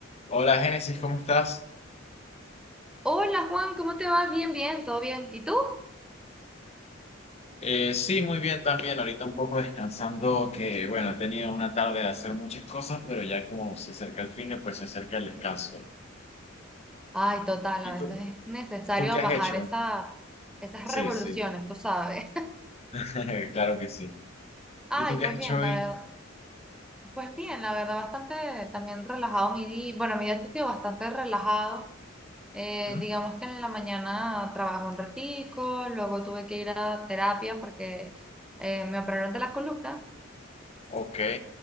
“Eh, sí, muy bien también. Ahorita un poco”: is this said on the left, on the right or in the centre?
Left